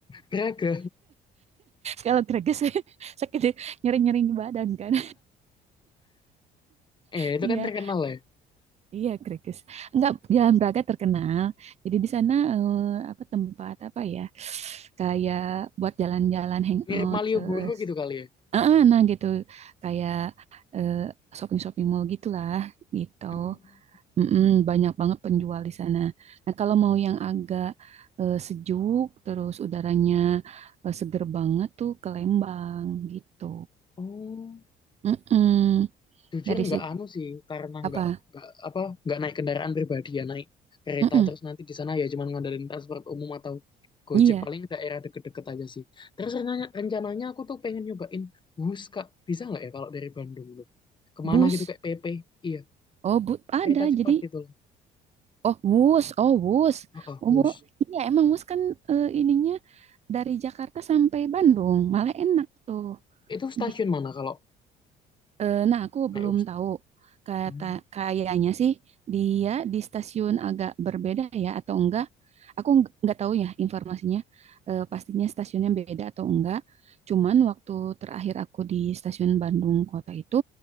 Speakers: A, on the left (about 30°); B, on the right (about 40°).
A: Braga.
B: kalau greges <laughs> sakit nyeri nyeri di badan kan <laughs>
A: Eh, itu
B: iya
A: kan terkenal ya.
B: iya greges enggak Jalan Braga terkenal jadi di sana eh, apa tempat apa ya kayak buat jalan-jalan hangout
A: Mirip Malioboro
B: eh,
A: gitu kali ya.
B: ah, ah, nah gitu kayak eh, shopping-shopping mall gitulah gitu
A: Hmm.
B: Mm-mm, banyak banget penjual di sana nah kalau mau yang agak eh, sejuk terus udaranya eh, seger banget tuh ke Lembang gitu
A: Oh,
B: Mm-mm.
A: jujur
B: Dari
A: nggak
B: situ
A: anu sih, karena nggak
B: Apa?
A: nggak apa nggak naik kendaraan pribadi ya naik kereta
B: Mm-mm.
A: terus nanti di sana ya cuman ngandelin transport umum atau Gojek
B: Iya,
A: paling daerah deket-deket aja sih. Terus rencananya, rencananya aku tuh pengen nyobain bus kak, bisa nggak ya kalau dari Bandung tuh kemana
B: bus.
A: gitu kayak PP, iya
B: Oh, bu ada.
A: kereta cepat
B: Jadi,
A: gitu loh.
B: oh, bus. Oh, bus.
A: Oh,
B: Oh,
A: bus
B: bu. Iya, emang bus kan eh, ininya dari Jakarta sampai Bandung. Malah enak tuh.
A: itu stasiun
B: Iya.
A: mana kalau
B: Eh, nah, aku
A: naik
B: belum
A: bus
B: tahu.
A: tuh?
B: Kata
A: Hmm.
B: kayaknya sih dia di stasiun agak berbeda ya atau enggak. Aku ng- nggak tahu ya informasinya. eh, pastinya stasiunnya beda atau enggak. Cuman waktu terakhir aku di stasiun Bandung Kota itu